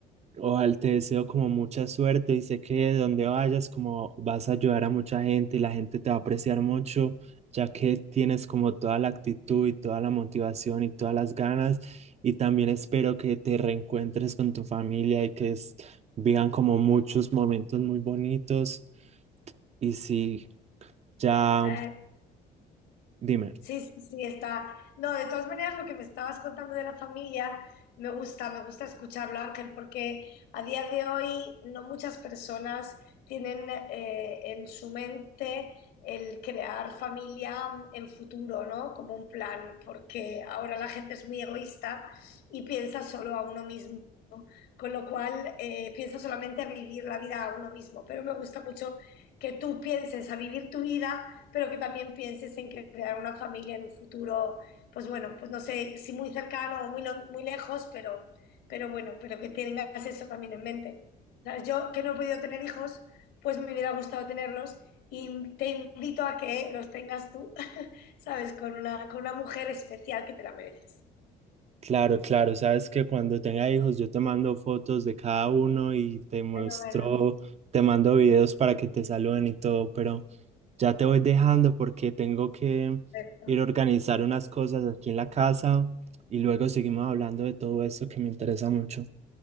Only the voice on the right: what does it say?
Ojalá te deseo como mucha suerte y sé que donde vayas como vas a ayudar a mucha gente y la gente te va a apreciar mucho, ya que tienes como toda la actitud y toda la motivación y todas las ganas. Y también espero que te reencuentres con tu familia y que es- vivan como muchos momentos muy bonitos. Y sí, ya,
dime.
Claro, claro, sabes que cuando tenga hijos yo te mando fotos de cada uno y te muestro,
te mando videos para que te saluden y todo, pero ya te voy dejando porque tengo que
ir a organizar unas cosas aquí en la casa y luego seguimos hablando de todo eso que me interesa mucho.